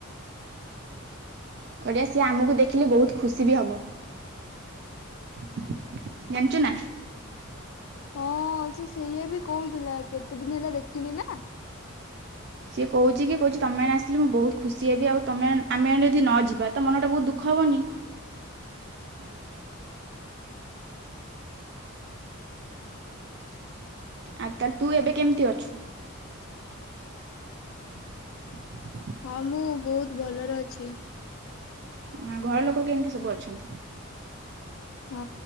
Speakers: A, on the right; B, on the left.
A: କରିବା ସିଏ ଆମକୁ ଦେଖିଲେ ବହୁତ ଖୁସି ବି ହବ <inaudible> ଜାଣିଛୁ ନା?
B: ହଁ। ସେ ସେୟା ବି କହୁଥିଲା କେତେ ଦିନ ହେଲା ଦେଖିନି ନା।
A: ସିଏ କହୁଛି କି କହୁଛି ତମେମାନେ ଆସିଲେ ମୁଁ ବହୁତ ଖୁସି ହେବି ଆଉ ତମେ ଆମେ ମାନେ ଯଦି ନ ଯିବା ତା ମନଟା ବହୁତ ଦୁଃଖ ହବନି। <inaudible> <inaudible> ଆ ତାହେଲେ ତୁ ଏବେ କେମିତି ଅଛୁ? <inaudible>
B: ହଁ ମୁଁ ବହୁତ ଭଲରେ ଅଛି।
A: ଆ ଘର ଲୋକ କେମିତି ସବୁ ଅଛନ୍ତି?
B: ହଁ